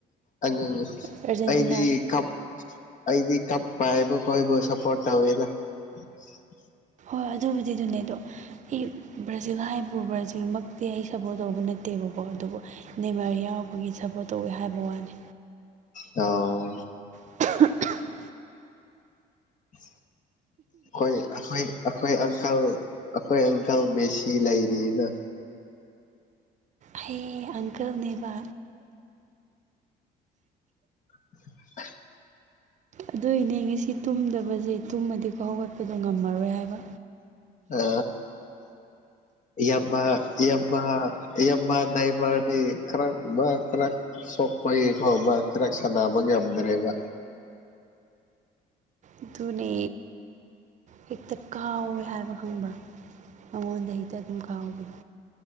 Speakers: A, on the left; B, on the right.
A: ꯑꯪ
B: ꯑꯥꯔꯖꯦꯟꯇꯤꯅꯥ
A: ꯑꯩꯗꯤ ꯀꯞ ꯑꯩꯗꯤ ꯀꯞꯄ ꯍꯥꯏꯕ ꯀꯣꯏꯕꯨ ꯁꯄꯣꯔꯠ ꯇꯧꯋꯦꯗ <inaudible>
B: ꯍꯣꯏ ꯑꯗꯨꯕꯨꯗꯤ ꯑꯗꯨꯅꯦꯗꯣ ꯑꯩ ꯕ꯭ꯔꯥꯖꯤꯜ ꯍꯥꯏꯕꯕꯨ ꯕ꯭ꯔꯥꯖꯤꯜꯃꯛꯇꯤ ꯑꯩ ꯁꯞꯄꯣꯔꯠ ꯇꯧꯕ ꯅꯠꯇꯦꯕꯀꯣ ꯑꯗꯨꯕꯨ ꯅꯦꯃꯔ ꯌꯥꯎꯕꯒꯤ ꯁꯞꯄꯣꯔꯠ ꯇꯧꯋꯤ ꯍꯥꯏꯕ ꯋꯥꯅꯤ
A: ꯑꯣ
B: <inaudible>
A: <inaudible> ꯑꯩꯈꯣꯏ- ꯑꯩꯈꯣꯏ- ꯑꯩꯈꯣꯏ ꯑꯪꯀꯜ ꯑꯩꯈꯣꯏ ꯑꯪꯀꯜ ꯃꯦꯁꯤ ꯂꯩꯔꯤꯅ
B: ꯍꯌꯦ ꯑꯪꯀꯜꯅꯦꯕ
A: <inaudible>
B: ꯑꯗꯨꯏꯅꯦ ꯉꯁꯤ ꯇꯨꯝꯗꯕꯁꯦ ꯇꯨꯝꯃꯗꯤꯀꯣ ꯍꯧꯒꯠꯄꯗꯣ ꯉꯝꯃꯔꯣꯏ ꯍꯥꯏꯕ
A: ꯑ ꯌꯥꯝꯃ ꯌꯥꯝꯃꯍꯥ ꯏ ꯅꯏꯃꯅꯤ ꯀꯔ ꯀꯔ ꯁꯣꯛꯄꯒꯤ ꯐꯥꯎꯕ ꯀꯈꯤꯔꯥꯛ ꯁꯥꯟꯅꯕ ꯉꯝꯗ꯭ꯔꯦꯕ
B: ꯑꯗꯨꯅꯦ ꯍꯦꯛꯇ ꯀꯥꯎꯋꯦ ꯍꯥꯏꯕ ꯈꯪꯕ꯭ꯔ ꯃꯉꯣꯟꯗ ꯍꯦꯛꯇ ꯑꯗꯨꯝ ꯀꯥꯎꯕꯗꯣ